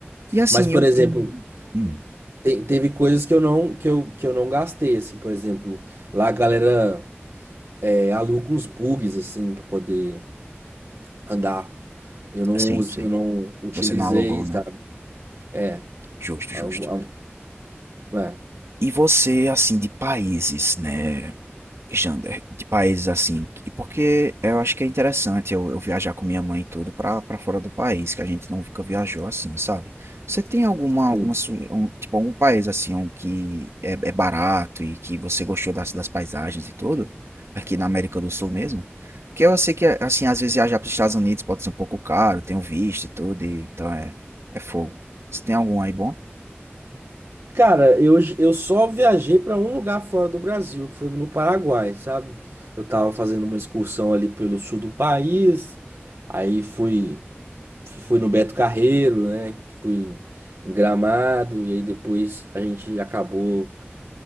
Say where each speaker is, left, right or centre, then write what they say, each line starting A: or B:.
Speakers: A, on the right (about 85°); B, on the right (about 70°).
A: E assim,
B: Mas, por
A: eu.
B: exemplo,
A: Hum, hum,
B: te- teve coisas que eu não que eu, que eu não gastei, assim, por exemplo, lá a galera é, aluga uns bugs assim pra poder andar. Eu não
A: sim,
B: us-
A: sim.
B: eu não utilizei,
A: Você não alugou,
B: sabe?
A: né?
B: É,
A: Justo,
B: algo-
A: justo.
B: algo- é,
A: E você, assim, de países, né? Jander, de países assim, e porque eu acho que é interessante eu, eu viajar com minha mãe e tudo pra pra fora do país, que a gente nunca viajou assim, sabe? Você tem alguma, alguma
B: sim.
A: su- um, tipo, algum país assim um que é, é barato e que você gostou das, das paisagens e tudo? Aqui na América do Sul mesmo? Porque eu sei que, assim, às vezes viajar pros Estados Unidos pode ser um pouco caro, tem o visto e tudo, e, então é, é fogo. Você tem algum aí bom?
B: Cara, eu, j- eu só viajei pra um lugar fora do Brasil, que foi no Paraguai, sabe? Eu tava fazendo uma excursão ali pelo sul do país, aí fui fui no Beto Carreiro, né? Fui em Gramado e aí depois a gente acabou